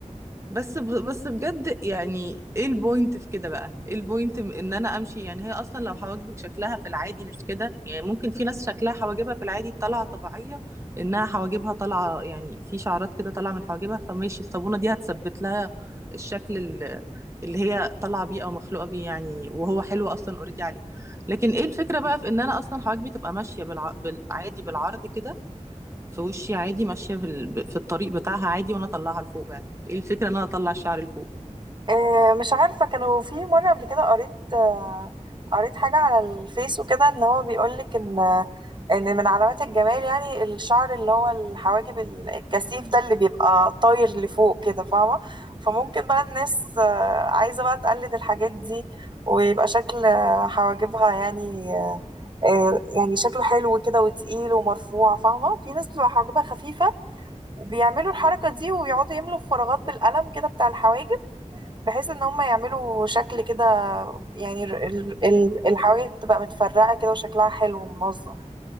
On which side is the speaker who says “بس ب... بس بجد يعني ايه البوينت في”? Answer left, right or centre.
Right